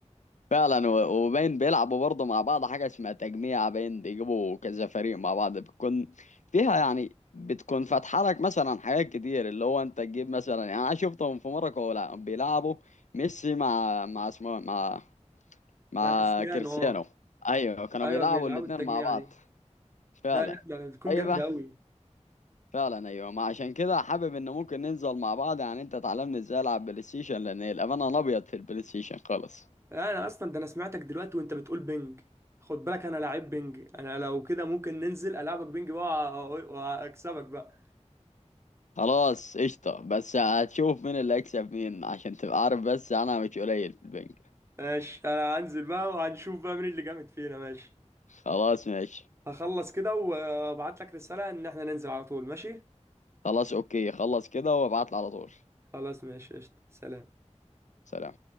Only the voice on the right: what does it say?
مع كريستيانو
اه
ايوه
بيلعبوا
التجميع
دي
ده لا ده بتكون
جامده قوي
انا اصلا ده انا سمعتك دلوقتي وانت بتقول بينج خد بالك انا لعيب بينج انا لو كده ممكن ننزل العبك بينج بقى وأ- وأ- واكسبك بقى
ماشي انا هنزل بقى وهنشوف بقى مين اللي جامد فينا ماشي
هخلص كده وابعت لك رسالة ان احنا ننزل على طول ماشي
خلاص ماشي قشطة سلام